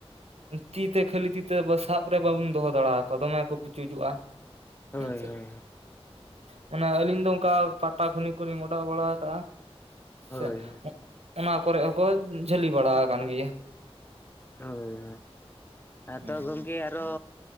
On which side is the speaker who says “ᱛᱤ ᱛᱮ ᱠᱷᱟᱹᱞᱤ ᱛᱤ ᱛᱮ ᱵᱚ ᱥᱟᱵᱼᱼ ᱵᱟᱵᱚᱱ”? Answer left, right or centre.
Right